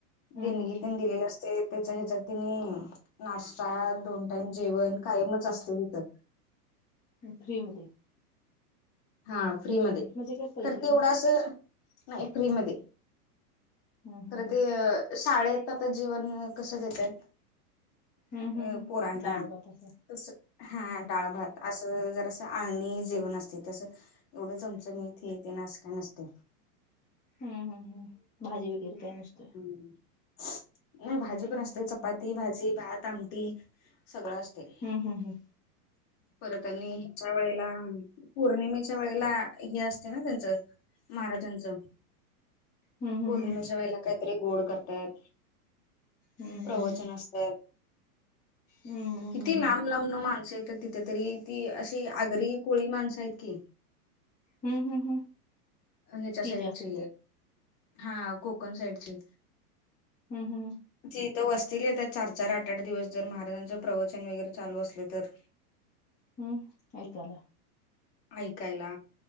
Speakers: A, on the left; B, on the left.
A: देणगी
B: हम्म हम्म
A: दिलेलं असतय त्याच्या ह्याच्या तिनी नास्ता दोन टाइम जेवण कायमच अस <unintelligible>
B: फ्रीमध्ये
A: हा फ्री मध्ये
B: काय पैसे
A: खर ते एवढं
B: देऊन
A: अस नाही फ्री मध्ये
B: हम्म हम्म
A: खरं ते शाळेत आता जेवन कसं देतात.
B: हम्म
A: अ
B: हम्म हम्म
A: पोराना
B: डाळ भात असं
A: तस
B: हम्म
A: हा डाळ
B: हम्म
A: भात असं जरास असं आळणी जेवण असत ते असं एवढं चमचमीत हें ते असं काय नसत.
B: हम्म हम्म हम्म भाजी वगैरे काय नसतोय.
A: नाही भाजी पण
B: हम्म
A: असते चपाती भाजी भात तामटी सगळं असतय.
B: हम्म हम्म हम्म
A: परत आणि ह्याच्या वेळेला पौर्णिमेच्या वेळेला हे असते ना त्यांचं महाराजांचं
B: हम्म हम्म
A: पौर्णिमेच्या
B: हम्म
A: वेळेला काहीतरी गोड करतात.
B: हम्म
A: प्रवचन
B: हम्म हम्म
A: असत्यात
B: हम्म
A: किती
B: हम्म हम्म
A: लांब लांबन माणसं येत्यात. तिथे तरी ती अशी आगरी कोळी माणसं आहेत की
B: हम्म हम्म हम्म
A: ह्याच्या
B: ती
A: साईडची
B: जास्त येतात
A: हा कोकण साईडची
B: हूं हूं हूं
A: ती इथं वस्तीला येतात चार चार आठ आठ दिवस जर महाराजांचं प्रवचन वगैरे चालू असलं तर
B: हम्म ऐकायला.
A: ऐकायला